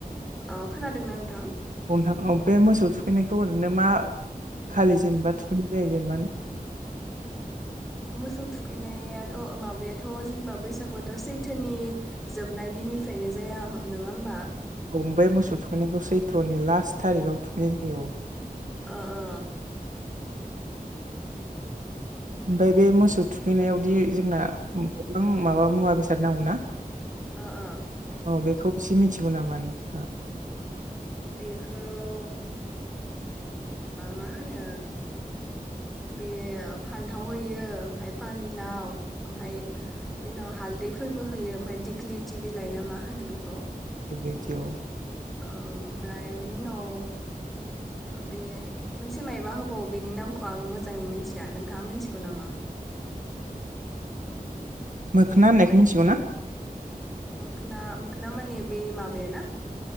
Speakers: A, in the centre; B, on the right.
A: अ खोनादोंना नोंथां?
B: <unintelligible> बे मोसौ थुखैनायखौ ओरैनो मा खालि जेनेबा थुखैनाय जायो जेनेबा?
A: मोसौ थुखैनायाथ' माबायाथ' जेनेबा बैसागुआथ' सैथोनि जोबनाय दिननिफ्रायनो जाया नोङा होमबा?
B: औ ओमफ्राय मोसौ थुखैनायखौ सैथ्र'नि लास्ट थारिखआव थुखैनाय जायो औ।
A: ओ ओ
B: ओमफ्राय बे मोसौ थुखैनायावदि जोंना गोबां माबा मुवा बेसे फ- सारनांगौ ना
A: ओ ओ
B: औ बेखौ एसे मिथिगौ नामा नोंहा?
A: बेखौ मा होनो बे फान्थाव होयो ओमफ्राय पानिलाव ओमफ्राय बे उनाव हालदैफोरबो होयो ओमफ्राय दिग्लि टि बिलाइ ना मा होनो बेखौ।
B: बेैख औ
A: औ ओमफ्राय बिनि उनाव बे मोनसे मबा होबावो बेनि नामखौ आं मोजाङै मिथिया नोंथाङा मिथिगौ नामा?
B: मोखोना होन्नायखौ मिन्थिगौ ना?
A: मोखना मोखना मे बे माबाया ना?